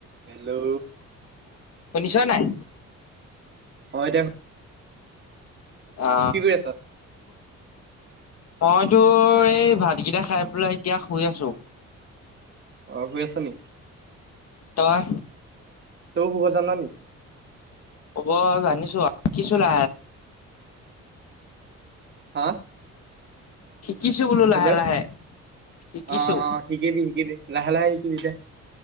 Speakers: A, on the right; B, on the left.
A: Hello.
B: শুনিছ নাই
A: অ', এতিয়া
B: অ'।
A: কি কৰি আছ?
B: মইতো এই ভাতকেইটা খাই পেলাই এতিয়া শুই আছো।
A: অ', হৈ আছা নি।
B: তই।
A: তেওঁও শুব জানা নে?
B: হ'ব জানিছো কি চলে।
A: হা।
B: শিকিছো বোলো লাহে
A: হেল্ল'
B: লাহে শিকিছো
A: অ, অ শিকিবি শিকিবি লাহ লাহ শিকিবি দে।